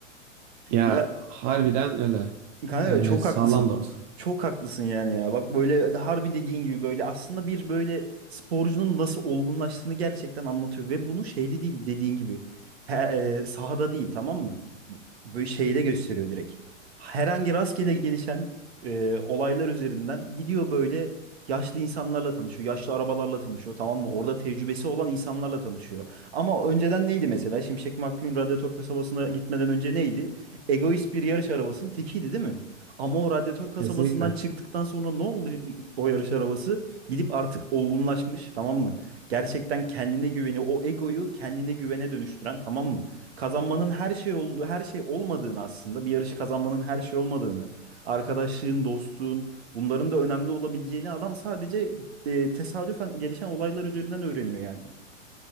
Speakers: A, on the right (about 25°); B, on the right (about 50°).
A: Ya
B: Ya
A: harbiden öyle.
B: Kanka
A: Yani
B: çok
A: sağlam
B: haklısın.
A: da orası.
B: Çok haklısın yani ya. Bak böyle harbi dediğin gibi böyle aslında bir böyle sporcunun nasıl olgunlaştığını gerçekten anlatıyor. Ve bunu şeyde değil dediğin gibi. He, e, sahada değil tamam mı? Böyle şeyde gösteriyor direkt. Herhangi rastgele gelişen e, olaylar üzerinden gidiyor böyle yaşlı insanlarla tanışıyor. Yaşlı arabalarla tanışıyor tamam mı? Orada tecrübesi olan insanlarla tanışıyor. Ama önceden neydi mesela? Şimşek McQueen Radyatör kasabasına gitmeden önce neydi? egoist bir yarış arabasının tekiydi değil mi? Ama o radyatör kasabasından
A: Kesinlikle.
B: çıktıktan sonra ne oldu o yarış arabası? Gidip artık olgunlaşmış tamam mı? Gerçekten kendine güveni, o egoyu kendine güvene dönüştüren tamam mı? Kazanmanın her şey olduğu, her şey olmadığını aslında bir yarışı kazanmanın her şey olmadığını, arkadaşlığın, dostluğun bunların da önemli olabileceğini adam sadece e, tesadüfen gelişen olaylar üzerinden öğreniyor yani.